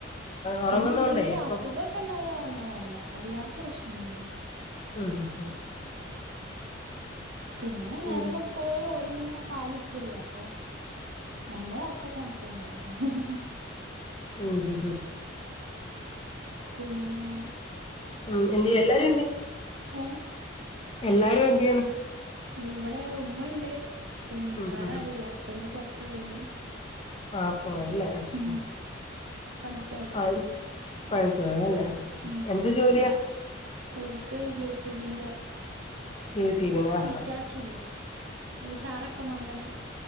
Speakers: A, on the left; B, on the right.
A: ഒറങ്ങുന്നോണ്ടേ
B: പിന്നെ എന്തെങ്കിലും
A: ഇപ്പം
B: അസുഗം ഒക്കെ ഉണ്ടായാ ഉറങ്ങാൻ മടിയാ അല്ലാത്തെ പ്രശ്നമൊന്നുല്ല..
A: ആഉം ഉം...
B: പിന്നെ നേരെ
A: ഉം
B: പക്കോള പോല ഇങ്ങനെ പാാല ഇടിച്ചല്ല അപ്പൊ ഞമ്മളൊർകൊക്ക കാണക്കന്നെയാണ്. മ്മ്ഹ്
A: ഉം ഉം ഉ
B: പിന്നെ
A: ഉം എണ്ട് എല്ലാരും ഉണ്ട്.
B: ഹേ
A: എല്ലാരും എന്തെയ്നു
B: ഇവിടെ ഉമ്മ ഉണ്ട്. പിന്നെ
A: ഉം
B: വേറെ
A: ഉം
B: ആരുല്ല
A: ഉം
B: ഹസ്ബന്റ് പൊറത്തു പോയിണ്.
A: ആ പോയല്ലേ
B: ഉം
A: ആ.
B: പണിക്കോയതാ
A: ആ പണിക്കുപോയല്ലേ,
B: ഉം
A: എന്ത് ജോലിയാ
B: ഓൽക്ക് ജേസിബിന്റെ
A: ജെ സി ബി ന്റെ ഹാ
B: അറ്റാച്ചില്ലേ ഈ തറൊക്കെ മാന്തണെ.